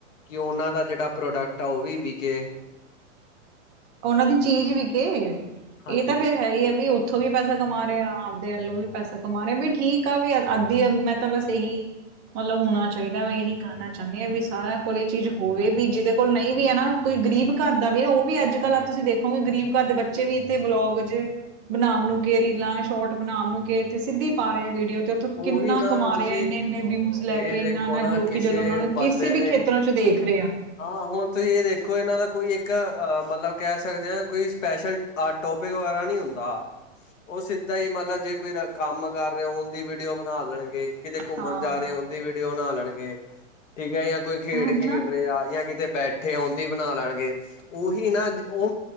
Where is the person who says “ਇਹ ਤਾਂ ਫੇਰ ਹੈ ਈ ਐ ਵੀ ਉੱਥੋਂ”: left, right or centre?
Right